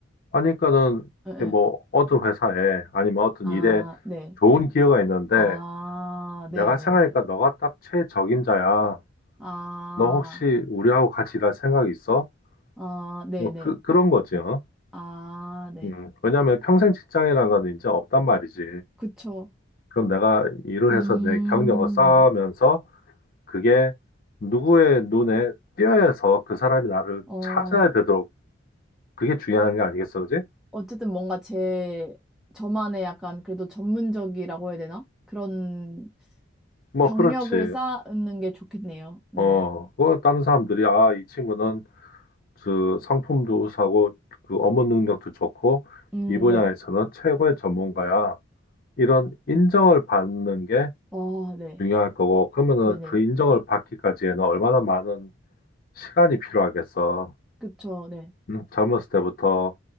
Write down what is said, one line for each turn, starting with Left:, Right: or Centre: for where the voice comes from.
Left: 하니까는
Centre: 예, 예.
Left: 이게 뭐 어떤 회사에 아니면 어떤
Centre: 아,
Left: 일에
Centre: 네.
Left: 좋은 기회가 있는데
Centre: 아,
Left: 내가
Centre: 네네네.
Left: 생각하니까 너가 딱 최적임자야.
Centre: 아,
Left: 너 혹시 우리하고 같이 일할 생각 있어?
Centre: 아, 네네.
Left: 뭐 그, 그런 거지. 어?
Centre: 아, 네.
Left: 음, 왜냐면 평생 직장이라는 건 이제 없단 말이지.
Centre: 그쵸.
Left: 그럼 내가 일을
Centre: 음,
Left: 해서 내 경력을 쌓으면서 그게 누구의 눈에 띄어서 그 사람이 나를
Centre: 어,
Left: 찾아야 되도록 그게 중요한 게 아니겠어, 그지?
Centre: 어쨌든 뭔가 제, 저만의 약간 그래도 전문적이라고 해야 되나? 그런
Left: 뭐,
Centre: 경력을
Left: 그렇지.
Centre: 쌓는 게 좋겠네요. 네.
Left: 어, 그 다른 사람들이, 아, 이 친구는 그 상품도 우수하고 그 업무 능력도 좋고
Centre: 음,
Left: 이 분야에서는
Centre: 네.
Left: 최고의 전문가야. 이런 인정을 받는 게
Centre: 어, 네.
Left: 중요할 거고, 그러면은
Centre: 네네.
Left: 그 인정을 받기까지에는 얼마나 많은 시간이 필요하겠어.
Centre: 그쵸. 네.
Left: 응? 젊었을 때부터